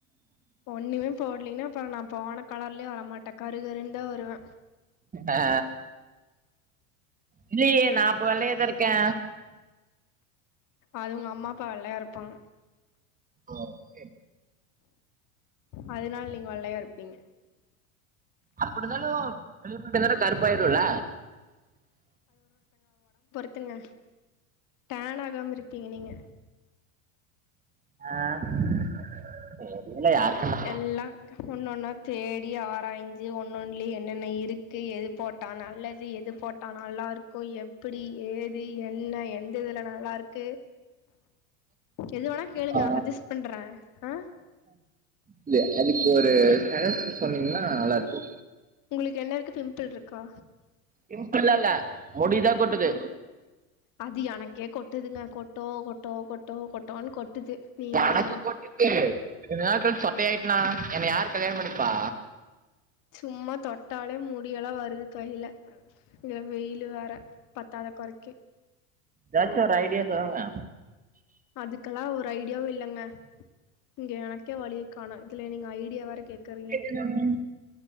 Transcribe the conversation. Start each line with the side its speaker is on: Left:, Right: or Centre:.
Left: ஒண்ணுமே போட்லீன்னா அப்பற நா போன கலர்லயே வரட்டே கருகருந்தா வருவே
Right: ஆ இல்லையே நா அப்ப வெள்ளையாதா இருக்கே
Left: அது உங்க அம்மா அப்பா வெள்ளையா இருப்பாங்க
Right: ஆ ஓகே
Left: அதனால நீங்க வெள்ளையா இருப்பீங்க
Right: அ இருந்தாலு வெயிலுக்கு கருப்பாயிருவேல
Left: த்துங்க டேன் ஆகாம இருப்பீங்க நீங்க
Right: ஆ இல்ல யார் கண்டா
Left: எல்லா ஒன்னொன்னா தேடி ஆராஞ்சு ஒன்னொன்னலயு என்னென்ன இருக்கு எது போட்டா நல்லது எது போட்டா நல்லா இருக்கு எப்படி ஏது என்ன எந்த இதுல நல்லா இருக்கு எது வேணா கேளுங்க
Right: ஆ
Left: சஜ்ஜஸ்ட் பண்றே ஆ
Right: இல்ல அதுக்கு ஒரு கலர் சொன்னீங்கன்னா நல்லா இருக்கு
Left: உங்களுக்கு எல்லாருக்கு பிம்பிள் இருக்கா
Right: பிம்புல்லா இல்ல முடிதா கொட்டுது
Left: அது எனக்கே கொட்டுதுங்க கொட்டோ கொட்டோ கொட்டோ கொட்டோனோனு கொட்ட கொட்டுது நீங்க
Right: எனக்கு
Left: வேற
Right: கொட்டுது கொஞ்ச நாள் கழுச்சு சொட்டயாருச்னா என்ன யாரு கல்யாணம் பண்ணிப்பா
Left: சும்மா தொட்டாலே முடியெல்லா வருது கையில இதுல வெயிலு வேற பத்தாத கொறைக்கு
Right: எதாச்சு ஒரு ஐடியா சொல்லுங்க
Left: அதுக்கெல்லா ஒரு ஐடியாவு இல்லங்க இங்க எனக்கே வழிய கானாய் இதுல நீங்க ஐடியா வேற கேக்குறீங்க
Right: என்னய